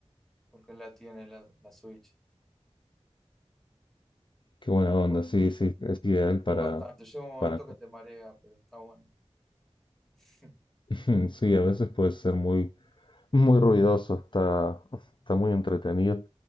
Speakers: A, in the centre; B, on the left (about 45°).
A: porque él la tiene la, la Switch.
B: Qué
A: y
B: buena onda, sí, sí, es ideal para,
A: Bastante. Llega un momento
B: para...
A: que te marea, pero está bueno. <laughs>
B: <laughs> Sí, a veces puede ser muy, muy ruidoso, está, está muy entretenido.